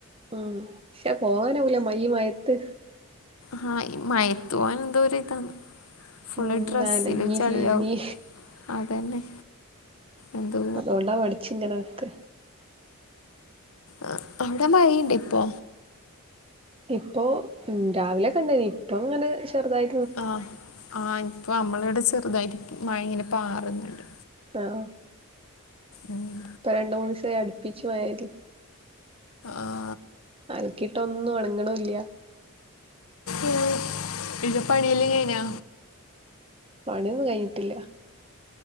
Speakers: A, on the right; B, on the left.
A: ഉം പക്ഷെ പോവാനാവൂല മയീ മയത്ത്
B: ഹാ ഈ മഴത്തു പോവാൻ ന്തോരു ഇതാണ് ഫുള്ള്
A: ഉം
B: ഡ്രെസ്സിലും
A: നനഞ്ഞ്
B: ചളിയാവും.
A: ചീഞ്ഞ്
B: അതന്നെ. എന്തോ
A: അതോണ്ടാ മടിച്ചിങ്ങനക്ക
B: ആഹ് അവിടെ മഴുണ്ട് ഇപ്പോ
A: ഇപ്പൊ ഉം രാവിലെകണ്ടിനി ഇപ്പൊ ഇങ്ങനെ ചെറുതായി
B: ആഹ് ആഹ് ഇപ്പ നമ്മളിവിടെ ചെറ്തായിട്ട് മഴങ്ങനെ പാറ്ന്ന്ണ്ട്.
A: ആഹ്
B: ഉം.
A: ഇപ്പ രണ്ട്, മൂന്നീസായി അട്പ്പിച്ച് മയയ്ത്.
B: ആഹ്
A: അലക്കിയിട്ട ഒന്നും ഒണങ്ങണില്ല.
B: ഉം ഇന്റെ പണിയെല്ലാ കഴിനാ
A: പണി കഴിഞ്ഞിട്ടില്ല.